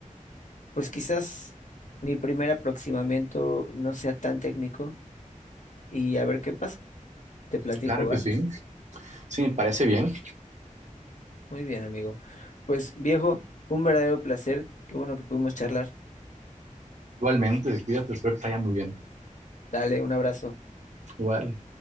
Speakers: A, on the left; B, on the right.
A: pues quizás mi primer aproximamiento no sea tan técnico y a ver qué pasa. Te platico,
B: Claro
A: ¿va?
B: que sí, sí, me parece bien.
A: Muy bien, amigo. Pues viejo, fue un verdadero placer. Qué bueno que pudimos charlar.
B: Igualmente, cuídate, espero que te vaya muy bien.
A: Dale, un abrazo.
B: Igual.